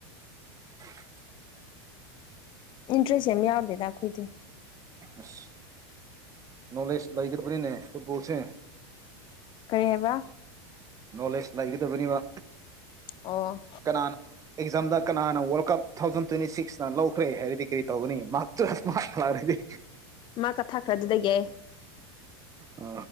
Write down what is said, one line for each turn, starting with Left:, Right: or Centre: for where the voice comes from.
Right: <unintelligible>
Left: ꯏꯟꯇ꯭ꯔꯦꯁꯃꯤ ꯌꯥꯎꯗꯦ ꯇꯥꯈꯣꯏꯗꯤꯦ
Right: ꯑꯁ ꯅꯣꯂꯦꯖ ꯂꯩꯈ꯭ꯔꯕꯅꯤꯅꯦ ꯐꯨꯠꯕꯣꯜꯁꯦ
Left: ꯇꯦꯕ
Right: ꯅꯣꯂꯦꯖ ꯂꯩꯒꯗꯕꯅꯤꯕ
Left: ꯑꯣ
Right: ꯀꯅꯥꯅ ꯑꯦꯛꯖꯥꯝꯗ ꯀꯅꯥꯅ world cup two thousand twenty ꯁꯤꯛꯁꯅ ꯂꯧꯈ꯭ꯔꯦ ꯍꯥꯏꯔꯗꯤ ꯀꯔꯤ ꯇꯧꯒꯅꯤ ꯃꯍꯥꯛ ꯃꯥꯔꯗꯤ
Left: ꯃꯥ ꯀꯛꯊꯈ꯭ꯔꯗꯨꯗꯒꯤ
Right: ꯑ